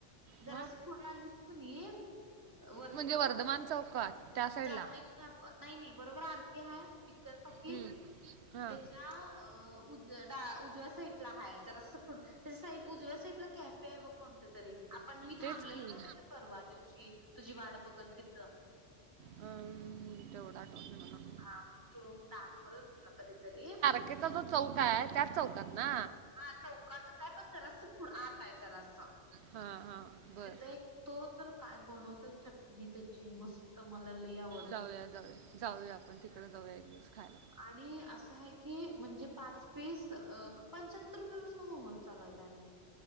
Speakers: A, on the right; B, on the right.
A: जरा
B: मग
A: असं पुढं आलीस क नाही वर्तमान
B: म्हणजे वर्धमान
A: चौ
B: चौकात त्या साईडला
A: जाते क नाही नाही नाही बरोबर आरखी ह पिक्चर टॉकी
B: हम्म हां
A: त्याच्या अ उज ड उजव्या सा हय जरं त्या साईड उजव्या साईडला कॅफे आहे बघ कोणत तरी आपण मी
B: तेच
A: थांबलेलो
B: की
A: होेत काय परवा दिवशी तुझी वाड बघत तिथ
B: अम्म तेवढा आठवत नाय मला
A: हा म तो दाखवलणं तुला कधीतरी
B: त्याचा जो चौक आहे त्याच चौकात ना
A: हा चौकातच हाय पण जरास पु आत हाय जरास
B: हां हां बरं
A: तिथ एक तो तर काय बनवतो चटणी त्याची मस्त त मला लय आव
B: जाऊया जाऊया जाऊया आपण तिकड जाऊया एक दिवस खायला.
A: आणि असं हाय की म्हणजे पाच तीस अ पंच्याहत्तर रुपयापासून मोमोज चालू हायत आणि